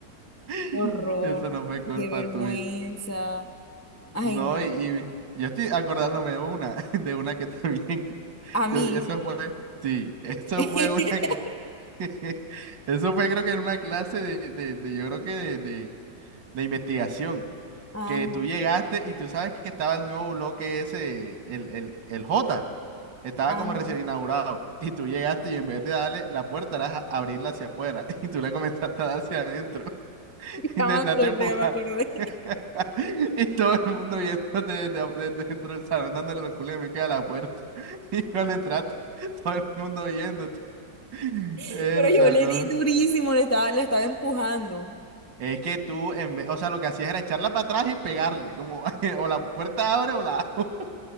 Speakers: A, on the right (about 80°); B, on the left (about 15°).
A: <laughs>
B: Horror,
A: Eso no fue culpa
B: qué vergüenza.
A: tuya.
B: Ay,
A: No,
B: no.
A: y, y me- yo estoy acordándome de una, <laughs> de una que también. <laughs>
B: A mí.
A: tú- Eso fue, sí, eso
B: <laughs>
A: fue una que. <laughs> Eso fue, creo que en una clase de, de, de- yo creo que de, de, de investigación.
B: Ajá,
A: Que tú llegaste y tú sabes que estaba el nuevo bloque ese, el, el, el J. Estaba
B: ajá.
A: como recién inaugurado y tú llegaste y en vez de darle la puerta, era a- abrirla hacia afuera <laughs> y tú le comenzaste a dar hacia adentro. <laughs> Intentaste
B: Ya me acordé,
A: empujar
B: ya me acordé.
A: <laughs> y todo el mundo viéndote desde, af- desde dentro del salón dándole los culos y me queda la puerta. <laughs> Y cuando entraste, todo el mundo viéndote. <laughs>
B: <laughs>
A: Herda,
B: Pero yo le
A: no.
B: di durísimo, le estaba, la estaba empujando.
A: Es que tú, en vez, o sea, lo que hacías era echarla para atrás y pegarle, como <laughs> o la puerta abre o la... <laughs>